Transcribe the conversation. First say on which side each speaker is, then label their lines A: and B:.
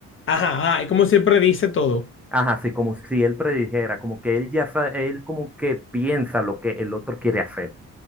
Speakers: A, on the left; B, in the centre.
A: Ajá, ajá, es como se predice todo.
B: ajá, sí, como si él predijera, como que él ya sabe, él como que piensa lo que el otro quiere hacer.